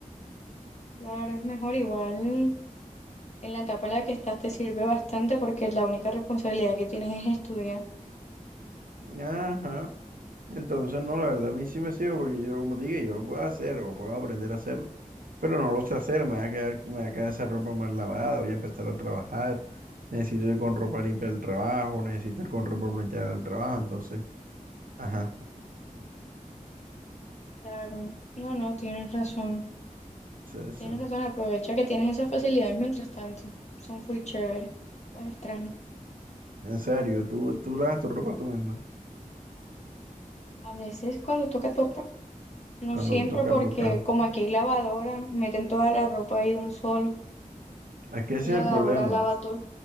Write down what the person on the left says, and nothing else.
Claro, es mejor igual. En la etapa en la que estás te sirve bastante porque la única responsabilidad que tienes es estudiar.
Claro, no, no, tienes razón.
Tienes razón, aprovecha que tienes esas facilidades mientras tanto. Son full chéveres. Es extraño.
A veces cuando toca, toca. No
siempre
porque
como aquí hay lavadora, meten toda la ropa ahí de un solo.
y la
lavadora
lava todo,